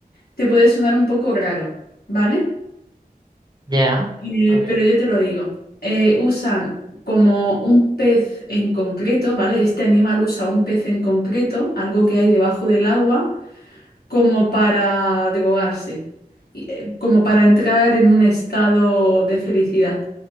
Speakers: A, on the left; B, on the right.
A: te puede sonar un poco raro, ¿vale?
B: ya,
A: Eh,
B: a ver,
A: pero yo te lo digo. Eh, usan como un pez en concreto, ¿vale? Este animal usa un pez en concreto, algo que hay debajo del agua, como para drogarse, y, eh, como para entrar en un estado de felicidad.